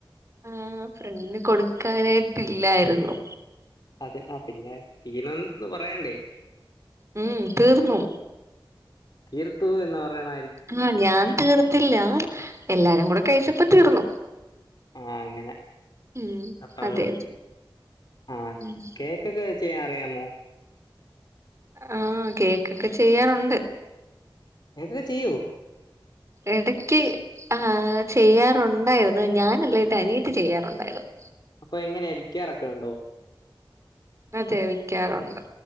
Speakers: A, on the right; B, on the left.
A: ആ, ഫ്രണ്ടിനുകൊടുക്കാനായിട്ടില്ലായിരുന്നു.
B: അത് ആ പിന്നെ തീർന്നെന്നു പറയേണ്ടേ
A: ഉം.. തീർന്നു
B: <unintelligible> പറയണേ
A: ആ.. ഞാൻതീർത്തില്ല. എല്ലാരും കൂടെ കഴിച്ചപ്പോ, തീർന്നു
B: ആ.. അങ്ങനെ
A: ഉം
B: അപ്പം
A: അതെ
B: ആ..
A: ഉം
B: കേക്കക്കെ ചെയ്യാനറിയാമോ
A: ആ.. കേക്കൊക്കെ ചെയ്യാറുണ്ട്.
B: കേക്കൊക്കെ ചെയ്യുവോ
A: എടക്ക് ആ.. ചെയ്യാറുണ്ടായിരുന്നു. ഞാനല്ലയെന്റെ അനിയത്തി ചെയ്യാറുണ്ടായിരുന്നു.
B: അപ്പൊ, എങ്ങനെയാ വിക്കാറൊക്കെയുണ്ടോ
A: അതെ, വിക്കാറൊണ്ട്